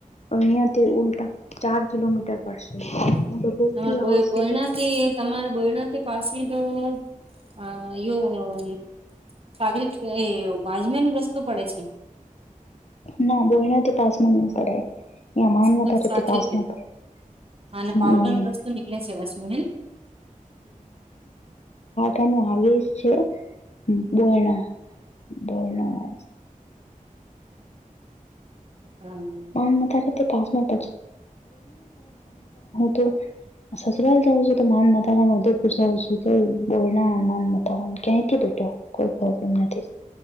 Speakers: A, on the left; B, on the right.
A: યા તે ઉલ્ટ ચાર કિલોમીટર પશે ભક્તી
B: તમારે બોય
A: આવ શધ
B: બોયણાથી
A: <unintelligible>
B: તમારા બોયણા તે પાસે જો આ યો <unintelligible> સાળ એ બાાજમ ન રસ્તો પડે છે <unintelligible>
A: ના બોલનાથી પાસમાં ના પડે અ માનારેથી
B: તો સાગરી
A: પાસ
B: ખેડ
A: ન પડે <unintelligible>
B: અને
A: હમ
B: પાવટર નુ રસ્તો નીકળે છે, પાછું હે.
A: ક આગે એ છે, બયના બયના.
B: હમ.
A: પા નાન તો <unintelligible> સસરાલ જાઉં છું, તો માન માારાન ઉદયપુર જાઉં છું, તો બોરણા માન માર ક્યાં થી બેઠો? કોઈ પ્રબ્મ નથી,